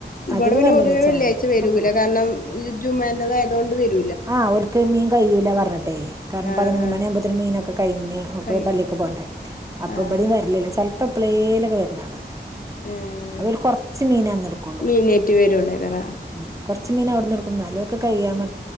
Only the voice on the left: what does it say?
ഈടെ
പിന്നെ
പൊതുവേ
വെള്ളിയാഴ്ച വരൂല കാരണം ഈ ജുമേൻറത് ആയതൊണ്ട് വരു
ആഹ്
ആഹ്
കൈ
ആഹ്
ഏഹ്
മീനേറ്റ് വരുള്ളേക്കാരം